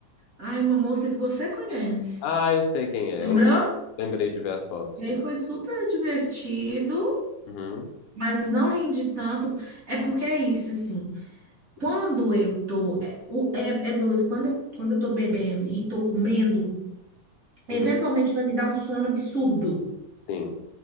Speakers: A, on the right; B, on the left.
A: ai, uma moça que você conhece.
B: Ah, eu sei quem é.
A: Lembrou?
B: Eu lem- lembrei de ver as fotos.
A: E aí foi super divertido,
B: Uhum,
A: mas não rendi tanto. É porque é isso, assim. Quando eu tô, é, o- é, é doido, quando eu, quando eu tô bebendo e tô comendo, eventualmente
B: uhum,
A: vai me dar um sono absurdo.
B: sim,